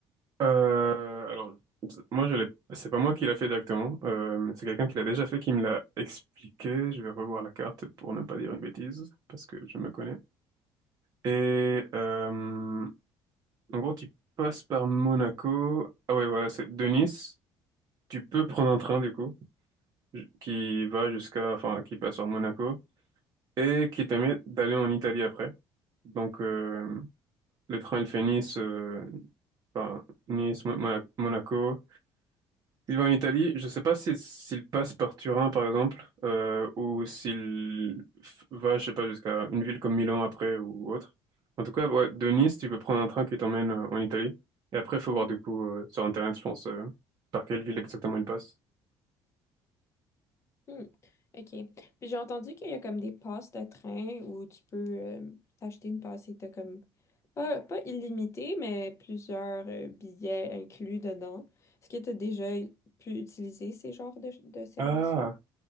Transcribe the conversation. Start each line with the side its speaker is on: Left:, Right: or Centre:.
Right: Euh, alors, moi, je l'ai, c'est pas moi qui l'a fait directement. Euh, c'est quelqu'un qui l'a déjà fait qui me l'a expliqué. Je vais revoir la carte pour ne pas dire une bêtise parce que je me connais. Et euh, en gros, tu passes par Monaco. Ah ouais, voilà, c'est de Nice. Tu peux prendre un train du coup. ju- qui va jusqu'à, enfin, qui passe sur Monaco et qui permet d'aller en Italie après. Donc, euh, le train, il fait Nice, euh, enfin, Nice, Mo- Mona- Monaco. Il va en Italie. Je sais pas si, s'il passe par Turin, par exemple, euh, ou s'il f- va, je sais pas, jusqu'à une ville comme Milan après ou autre. En tout cas, ouais, de Nice, tu peux prendre un train qui t'emmène euh, en Italie. Et après, il faut
Left: Mhm.
Right: voir du coup euh, sur Internet, je pense, euh, par quelle ville exactement il passe?
Left: Hmm. OK. Puis j'ai entendu qu'il y a comme des passes de train où tu peux euh, t'acheter une passe et t'as comme pas, pas illimité, mais plusieurs euh, billets inclus dedans. Est-ce que tu as déjà pu utiliser ces genres de, de services-là?
Right: Ah,